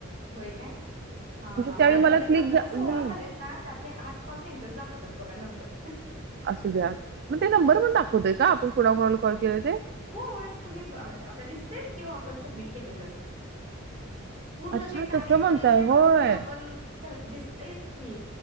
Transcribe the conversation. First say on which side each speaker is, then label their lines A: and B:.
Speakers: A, on the right; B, on the right.
A: होय काय? हा हा म्हणजे
B: त्यावेळी
A: आता
B: मला
A: माझे
B: क्लिक
A: पंधरा सोळा
B: नाही
A: झालेत ना त्यातले आठ कॉल त्यांचेच दाखवता त्यात बघा नंबर
B: असू द्या, असू द्या मग ते नंबर पण दाखवतय का? आपण कोणा कोणाला कॉल केले ते
A: होय तुम्ही ब आ आता दिसतयचं की किंवा आपण सबमिट केलेलं. पूर्ण
B: अच्छा
A: ते कार्य
B: तसं म्हणताय
A: परिचय
B: होय
A: पासून आपण करत दिसतयच की